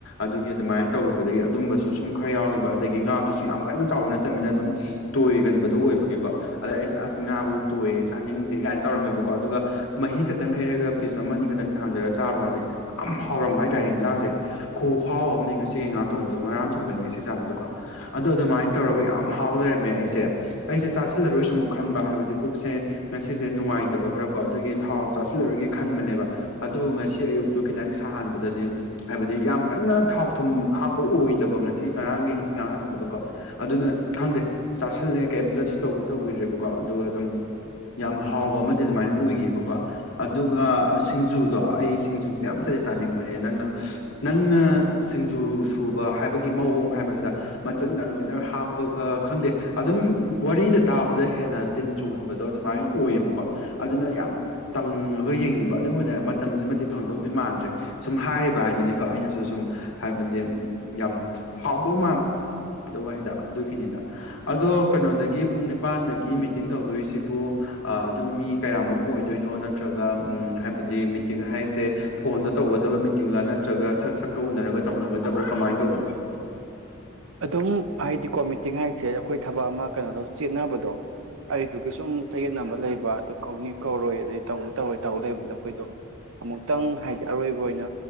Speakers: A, on the left; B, on the right.
A: ꯑꯗꯨꯒꯤ ꯑꯗꯨꯃꯥꯏꯅ ꯇꯧꯔꯨꯕꯗꯒꯤ ꯑꯗꯨꯝꯕꯁꯨ ꯁꯨꯝ ꯈꯔ ꯌꯥꯎꯈꯤꯕ ꯑꯗꯒꯤ ꯉꯥꯗꯨꯁꯨ ꯌꯥꯝ ꯀꯟꯅ ꯆꯥꯎꯕ ꯅꯠꯇꯅꯤꯅ ꯑꯗꯨꯝ ꯇꯣꯏꯒꯟꯕꯗꯨꯣ ꯑꯣꯏꯕꯒꯤꯀꯣ ꯑꯗ ꯑꯩꯁ ꯑꯁ ꯉꯥꯕꯨ ꯆꯥꯅꯤꯡꯗꯦ ꯀꯥꯏꯅ ꯇꯧꯔꯝꯃꯦꯕꯀꯣ ꯑꯗꯨꯒ ꯃꯍꯤ ꯈꯛꯇꯪ ꯍꯩꯔꯒ ꯄꯤꯁ ꯑꯃ ꯑꯅꯤ ꯈꯛꯇꯪ ꯊꯥꯡꯊꯔꯒ ꯆꯥꯕ ꯀꯥꯟꯗ ꯌꯥꯝ ꯍꯥꯎꯔꯝꯕ ꯍꯥꯏꯇꯥꯔꯦ ꯌꯦꯟꯖꯥꯡꯁꯦ ꯈꯨ ꯍꯥꯎꯑꯝꯅꯤ ꯉꯁꯤꯒꯤ ꯉꯥꯥꯛ ꯊꯣꯡꯕꯗꯣ ꯉꯔꯥꯡ ꯊꯣꯡꯕꯅꯤ ꯉꯁꯤ ꯆꯥꯕꯗꯨꯒ ꯑꯗ ꯑꯗꯨꯃꯥꯏꯅ ꯇꯧꯔꯒ ꯌꯥꯝ ꯍꯥꯎ ꯂꯩꯔꯝꯃꯦ ꯑꯩꯁꯦ ꯑꯩꯁꯦ ꯆꯥꯁꯤꯜꯂꯔꯣꯏꯁꯨ ꯑꯃꯨꯛ ꯈꯟꯕ ꯍꯥꯏꯕꯗꯤ ꯄꯨꯛꯁꯦ ꯉꯁꯤꯁꯦ ꯅꯨꯡꯉꯥꯏꯇꯕ ꯈꯔꯀꯣ ꯑꯗꯨꯒꯤ ꯊꯥꯎ ꯆꯥꯁꯤꯜꯂꯔꯒꯦ ꯈꯟꯕꯅꯦꯕ ꯑꯗꯨꯕꯨ ꯉꯁꯤ ꯑꯌꯨꯛꯇꯨ ꯈꯤꯇꯪ ꯁꯥꯍꯟꯕꯗꯗꯤ ꯍꯥꯏꯕꯗꯤ ꯌꯥꯝ ꯀꯟꯅ ꯊꯥꯎ ꯊꯨꯝ ꯍꯥꯞꯄ ꯑꯣꯏꯗꯕ ꯉꯁꯤ ꯉꯔꯥꯡꯒꯤ ꯊꯕꯗ ꯀꯣ ꯑꯗꯨꯅ ꯈꯪꯗꯦ ꯆꯥꯥꯁꯜꯂꯦ ꯀꯩꯝꯇ ꯇꯧꯗꯤ ꯇꯧꯈꯤꯗ꯭ꯔꯦꯕꯀꯣ ꯑꯗꯨꯒ ꯑꯗꯨꯝ ꯌꯥꯝ ꯍꯥꯎꯕ ꯑꯃꯗꯤ ꯑꯗꯨꯃꯥꯏꯅ ꯑꯣꯏꯒꯕꯀꯣ ꯑꯗꯨꯒ ꯁꯤꯡꯖꯨꯗꯣ ꯑꯩ ꯁꯤꯡꯖꯨꯦ ꯌꯥꯝ ꯐꯤꯖ ꯆꯥꯅꯤꯡꯕꯅꯦ ꯅꯪꯅ ꯅꯪꯅ ꯁꯤꯡꯖꯨ ꯁꯨꯕ ꯍꯥꯏꯕꯒꯤ ꯃꯑꯣꯡ ꯍꯥꯏꯕꯁꯤꯗ ꯃꯆꯟꯅ ꯂꯣꯏꯅ ꯍꯥꯞꯄꯒ ꯈꯪꯗꯦ ꯑꯗꯨꯝ ꯋꯥꯔꯤꯗ ꯇꯥꯕꯗ ꯍꯦꯟꯅ ꯇꯤꯟ ꯆꯣꯡꯍꯟꯕꯗꯣ ꯑꯗꯨꯃꯥꯏꯅ ꯑꯣꯏꯌꯦꯕꯀꯣ ꯑꯗꯨꯅ ꯌꯥꯝ ꯇꯉꯒ ꯌꯦꯡꯅꯤꯡꯕ ꯑꯗꯨ ꯑꯣꯏꯅ ꯃꯇꯝꯁꯤꯃꯗꯤ ꯐꯪ ꯃꯥꯟꯗ꯭ꯔꯦ ꯁꯨꯝ ꯍꯥꯏꯔꯤꯕ ꯍꯥꯏꯗꯨꯅꯤꯀꯣ ꯑꯩꯅꯁꯨ ꯁꯨꯝ ꯍꯥꯏꯕꯗꯤ ꯌꯥꯝ ꯍꯥꯎꯗꯧ ꯋꯥꯔꯤꯅꯤ ꯑꯩꯅꯣ ꯄ ꯅꯤꯄꯇꯤꯡ ꯇꯗ ꯁꯤꯕꯨ ꯑꯗꯨꯝ ꯃꯤ ꯀꯌꯥꯃꯨꯛ ꯑꯣꯏꯗꯣꯏꯅꯣ ꯅꯠꯇ꯭ꯔꯒ ꯎ ꯍꯥꯏꯕꯗꯤ ꯃꯤꯇꯤꯡ ꯍꯥꯏꯁꯦ ꯐꯣꯟꯗ ꯇꯧꯒꯗꯕ ꯃꯤꯇꯤꯡꯒꯥ ꯅꯠꯇ꯭ꯔꯒ ꯁꯛ ꯁꯛꯀ ꯎꯅꯔꯒ ꯇꯧꯅꯒꯗꯕ꯭ꯔꯥ ꯀꯃꯥꯏꯅ ꯇꯧꯕꯅꯣ ꯎꯝ
B: ꯑꯗꯨꯝ ꯍꯥꯏꯗꯤꯀꯣ ꯃꯤꯇꯤꯡ ꯍꯥꯏꯁꯦ ꯑꯩꯈꯣꯏ ꯊꯕꯛ ꯑꯃ ꯀꯩꯅꯣꯗꯣ ꯆꯦꯟꯅꯕꯗꯣ ꯑꯩꯗꯨꯒꯤ ꯁꯨꯝ ꯇꯌꯦꯠꯅꯕ ꯂꯩꯕ ꯑꯗꯨ ꯀꯧꯅꯤ ꯀꯧꯔꯣꯏ ꯑꯗꯩ ꯇꯧꯅꯤ ꯇꯧꯔꯣꯏ ꯇꯧ ꯂꯩꯕꯗ ꯑꯩꯈꯣꯏꯗꯣ ꯑꯃꯨꯛꯇꯪ ꯍꯥꯏ ꯑꯔꯣꯏꯕ ꯑꯣꯏꯅ